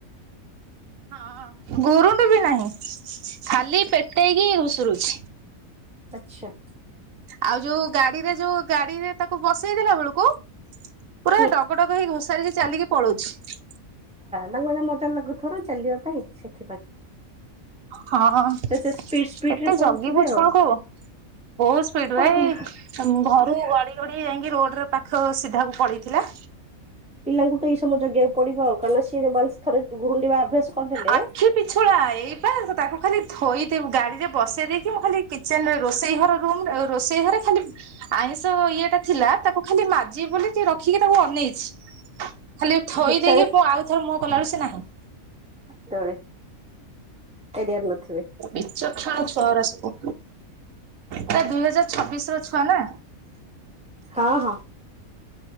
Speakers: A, on the right; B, in the centre.
A: ହଁ ଗୁରୁଣ୍ଡୁ ବି ନାହିଁ ଖାଲି ପେଟେଇକି ଘୁଷୁରୁଛି।
B: ଆଚ୍ଛା।
A: ଆଉ ଯୋଉ ଗାଡିରେ ଯୋଉ ଗାଡିରେ ତାକୁ ବସେଇ ଦେଲା ବେଳକୁ ପୁରା
B: ହୁଁ
A: ଡଗ ଡଗ ହେଇ ଘୋଷାରିକି ଚାଲିକି ପଳଉଛି।
B: ତାଙ୍କୁ ଏଇନା ମଜା ଲାଗୁଥିବ ନା ଚାଲିବା ପାଇଁ ସେଥିପାଇଁ।
A: ହଁ
B: ତ ସେ ସ୍ପିଡ ସ୍ପିଡ
A: କେତେ
B: ରେ ପଳଉଥିବେ
A: ଜଗିବୁ ଛୁଆଙ୍କୁ।
B: ଆଉ
A: ବହୁତ ସ୍ପିଡ
B: ଓକେ
A: ଭାଈ ଘ ରୁ ଗଡି ଗଡି ଯାଇଁକି ରୋଡରେ ପାଖ ସିଧାକୁ ପଳେଇଥିଲା।
B: ପିଲାଙ୍କୁ ତ ଏଇ ସମୟ ଜଗିବାକୁ ପଡିବ ଆଉ କାରଣ ସିଏ ଯଉ ଭଲ ସେ ଥରେ ଗୁରୁଣ୍ଡିିବା ଅଭ୍ୟାସ। କରିଦେଲେ
A: ଆଖି ପିଛୁଳା ଏଇପା ତାକୁ ଖାଲି ଥୋଇଦବୁ ଗାଡିରେ ବସେଇ ଦେଇକି ମୁଁ ଖାଲି କିଚେନରେ ରୋଷେଇ ଘର ରୁମ ରୋଗ ରୋଷେଇ ଘରେ ଖାଲି ଆଇଁଷ ଇଏଟା ଥିଲା ତାକୁ ଖାଲି ମାଜିବି ବୋଲି ରଖିକି ତାକୁ ଅନେଇଛି। ଖାଲି ଥୋଇ
B: ସେ
A: ଦେଇକି ମୁଁ ଆଉଥର ମୁହ କଲାରୁ ସେ ନାହିଁ।
B: ତଳେ ଏରିଆ ରେ ନଥି।
A: ବିଚକ୍ଷଣ ଛୁଆଗୁରା ସବୁ ତା ଦୁଇ ହଜାର ଛବିଶ ର ଛୁ ଛୁଆ ନା?
B: ହଁ ହଁ